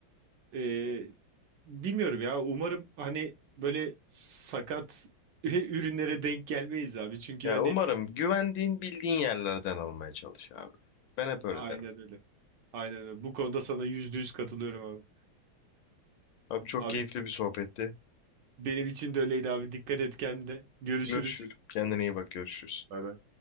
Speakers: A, on the right; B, on the left.
A: Ee, bilmiyorum ya. Umarım hani böyle sakat <laughs> ürünlere denk gelmeyiz abi. Çünkü
B: Ya
A: hani
B: umarım güvendiğin bildiğin yerlerden almaya çalış abi. Ben hep öyle
A: aynen
B: derim.
A: öyle. Aynen öyle. Bu konuda sana yüzde yüz katılıyorum abi.
B: Abi çok
A: Abi
B: keyifli bir sohbetti.
A: benim için de öyleydi abi. Dikkat et kendine. Görüşürüz.
B: Görüşürüz. Kendine iyi bak görüşürüz.
A: Bay bay.